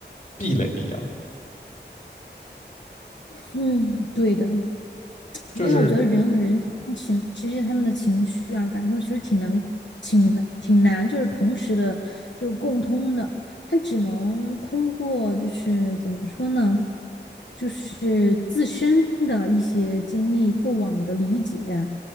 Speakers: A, on the left; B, on the left.
A: 壁垒一样，
B: 嗯，对的。
A: 就是
B: 因为我觉得人和人情，其实他们的情绪啊、感受其实挺难、挺难挺难，就是同时的，就是共通的。他只能通过就是怎么说呢，就是自身的一些经历、过往的理解、